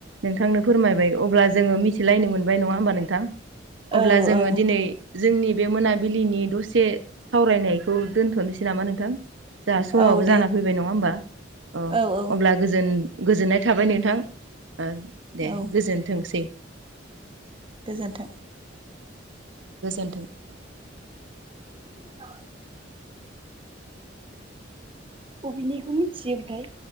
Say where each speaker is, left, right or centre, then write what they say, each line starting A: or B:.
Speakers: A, on the right; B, on the right.
A: नोंथांनो फोरमायबाय अब्ला जोङो मिथिलायनो मोनबाय नङा होमबा नोंथां
B: औ
A: अब्ला जोङो
B: औ
A: दिनै जोंनि बे मोनाबिलिनि दसे सावरायनायखौ दोनथ'नोसै नामा नोंथां जोंहा समावबो
B: औ दे
A: जाना फैबाय नङा होमबा अ
B: औ औ
A: अब्ला गोजोन गोजोननाय थाबाय नोंथां ओ दे
B: औ
A: गोजोन थोंसै
B: गोजोन्थों
A: गोजोन्थों औ
B: <inaudible> <inaudible> बबेनिखौ मिथियो ओमफ्राय